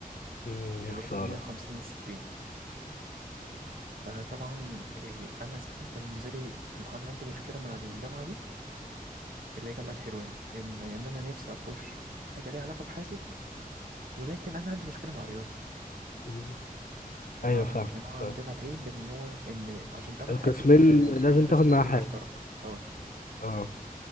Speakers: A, on the left (about 65°); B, on the right (about 70°).
A: امم
B: كنت
A: يا
B: جايب
A: خساره
B: 58 من 60 فطبعا إيه، انا اساسا كان نزلي انا عندي مشكله مع الجامعه دي اللي هي جامعه حلوان ان ان انا نفسي اخش حاجه ليها علاقه بحاسب ولكن انا عندي مشكله مع الرياضه
A: مم.
B: ع-
A: ايوه فاهم
B: يعني أنا عندنا
A: فاهم.
B: العيب ان هو ان عشان تاخد
A: القسمين
B: حاسب ده,
A: لازم
B: ده لازم
A: تاخد معاها
B: تاخده
A: حاجه
B: مشترك اه
A: اه